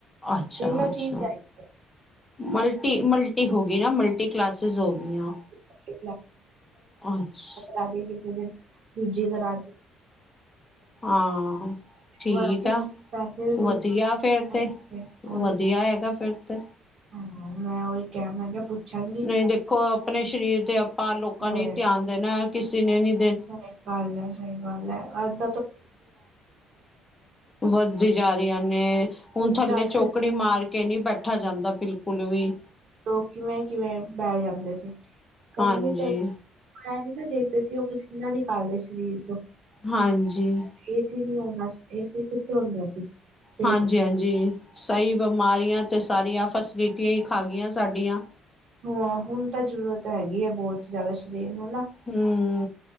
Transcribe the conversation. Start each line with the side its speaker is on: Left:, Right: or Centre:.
Left: ਅੱਛਾ-ਅੱਛਾ
Right: ਤਿੰਨੋ ਚੀਜ਼ ਹੈਗੀ ਹੈ
Left: ਮਲਟੀ ਮਲ ਹੋ ਗਈ ਨਾਂ ਮਲਟੀ ਕਲਾਸਿਸ ਹੋ ਗੀਆਂ
Right: ਹਾਂਜੀ
Left: ਅੱਛ
Right: ਰਾਜੇ ਕਿਸੇ ਦਿਨ ਦੂਜੇ ਦਾ ਰਾਜੇ।
Left: ਹਾਂ ਠੀਕ
Right: ਵਰਕ
Left: ਹੈ।
Right: ਪੈਸੇ ਵੀ ਬਿਲਕੁਲ
Left: ਵਧੀਆ
Right: ਸਹੀ
Left: ਫਿਰ ਤੇ
Right: ਹੈ ਉਹੀ
Left: ਵਧੀਆ ਹੈਗਾ ਫਿਰ ਤੇ।
Right: ਹਾਂ ਮੈਂ ਉਹੀ ਕਿਹਾ ਮੈਂ ਕਿਹਾ ਪੁੱਛਾਂ ਵੀ
Left: ਨਹੀਂ ਦੇਖੋ ਆਪਣੇ ਸਰੀਰ ਤੇ ਆਪਾਂ ਲੋਕਾਂ
Right: ਹਾਂ,
Left: ਨੇ ਧਿਆਨ ਦੇਣਾ ਕਿਸੇ ਨੇ ਨੀ
Right: ਸਹੀ ਗੱਲ ਏ ਸਹੀ ਗੱਲ ਏ ਅੱਧ
Left: ਵੱਧਦੀ ਜਾ ਰਹੀਏ ਹੁਣ ਏ
Right: ਕਿਉਂਕਿ
Left: ਥੱਲੇ
Right: ਅੱਜ
Left: ਚੋਕੜੀ
Right: ਕੱਲ੍ਹ
Left: ਮਾਰ ਕੇ ਨਹੀਂ ਬੈਠਾ ਜਾਂਦਾ ਬਿਲਕੁਲ ਵੀ
Right: ਲੋਕ ਕਿਵੇਂ ਕਿਵੇਂ ਬਹਿ ਜਾਂਦੇ ਸੀ ਗਰਮੀ
Left: ਹਾਂਜੀ
Right: ਤੇ ਮੈਂ ਨਹੀਂ ਦੇਖਦਾ ਸੀ ਉਹ ਪਸੀਨਾ ਨਿਕਾਲ ਦੇ ਸਰੀਰ ਤੋਂ
Left: ਹਾਂਜੀ
Right: ਏ ਕੀਨੇ ਹੁਣ ਦੱਸ ਏਸੀ ਕਿੱਥੇ ਹੁੰਦਾ ਸੀ। ਤੇ
Left: ਹਾਂਜੀ ਹਾਂਜੀ ਸਹੀ ਬਿਮਾਰੀਆਂ ਤੇ ਸਾਰੀਆਂ ਫੈਸਿਲਿਟੀਆਂ ਹੀ ਖਾ ਗਈਆਂ ਸਾਡੀਆਂ
Right: ਹੂੰ ਹਾਂ ਹੁਣ ਤਾਂ ਜ਼ਰੂਰਤ ਹੈਗੀ ਹੈ ਬਹੁਤ ਜ਼ਿਆਦਾ ਸਰੀਰ ਨੂੰ ਨਾ
Left: ਹੂੰ,,,